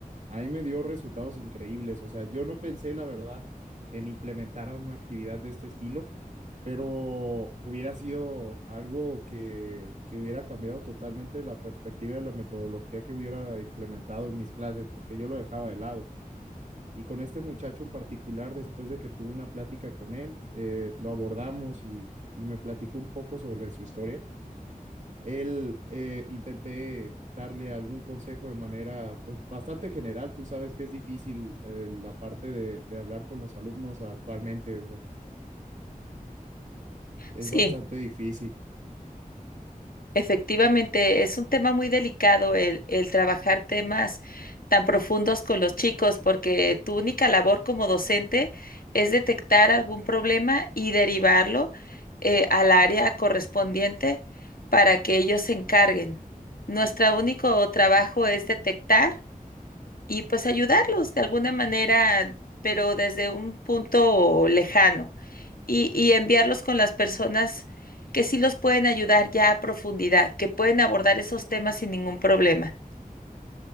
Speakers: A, on the right (about 55°); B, on the left (about 75°).
A: a mí me dio resultados increíbles. O sea, yo no pensé, la verdad, en implementar una actividad de este estilo, pero hubiera sido algo que, que hubiera cambiado totalmente la perspectiva de la metodología que hubiera implementado en mis clases, porque yo lo dejaba de lado. Y con este muchacho en particular, después de que tuve una plática con él, eh, lo abordamos y, y me platicó un poco sobre su historia. Él eh, intenté darle algún consejo de manera pues bastante general. Tú sabes que es difícil eh, la parte de, de hablar con los alumnos actualmente, o sea, es
B: Sí.
A: bastante difícil.
B: Efectivamente, es un tema muy delicado el, el trabajar temas tan profundos con los chicos, porque tu única labor como docente es detectar algún problema y derivarlo eh, al área correspondiente para que ellos se encarguen. Nuestro único trabajo es detectar y pues ayudarlos de alguna manera, pero desde un punto lejano y, y enviarlos con las personas que sí los pueden ayudar ya a profundidad, que pueden abordar esos temas sin ningún problema.